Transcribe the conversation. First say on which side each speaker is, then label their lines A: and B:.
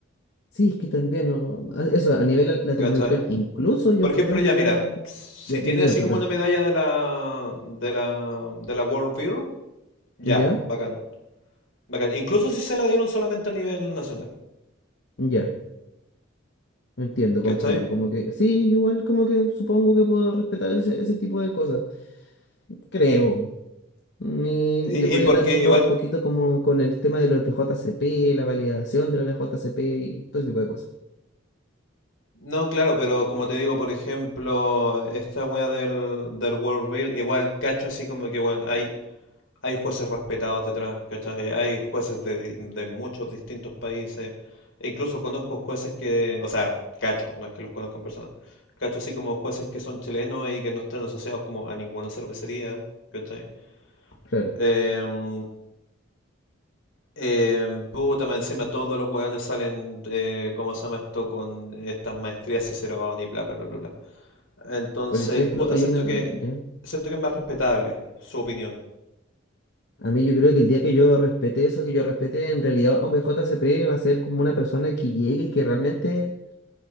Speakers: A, on the left; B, on the left.
A: Sí, es que también, no, a- eso, a nivel la- latinoamericano,
B: ¿Cachai?
A: incluso yo
B: Por ejemplo,
A: creo
B: ya
A: que
B: mira,
A: yo le...
B: si
A: Ya,
B: tiene
A: dime, dime,
B: así
A: perdón.
B: como una medalla de la de la de la World Beer, ya,
A: ¿Ya?
B: bacán, bacán. Incluso si se la dieron solamente a nivel nacional,
A: Ya. Entiendo,
B: ¿cachai?
A: comprendo. Como que, sí, igual como que supongo que puedo respetar ese, ese tipo de cosas. Creo. Mi,
B: Y,
A: mi rollo
B: y porque
A: también
B: igual
A: va un poquito como con el tema
B: eh,
A: de los BJCP, la validación de los BJCP y todo ese tipo de cosas.
B: no, claro, pero como te digo, por ejemplo, esta wea del, del World Beer, igual cacho así como que, bueno hay Hay jueces respetados detrás, ¿cachai? Hay jueces de, de muchos distintos países. E incluso conozco jueces que, o sea, cacho, no es que los conozcan en persona. Cacho así como jueces que son chilenos y que no están asociados como a ninguna cervecería, ¿cachai?
A: Claro.
B: Em, Em, puta, más encima todos los hueones salen, eh, ¿cómo se llama esto? Con estas maestrías Cicerón y bla, bla, bla, bla, bla. Entonces,
A: Por ejemplo,
B: puta,
A: hay
B: siento
A: una...
B: que,
A: ya.
B: siento que es más respetable su opinión.
A: A mí yo creo que el día que yo respete eso, que yo respete en realidad a un BJCP, va a ser como una persona que llegue y que realmente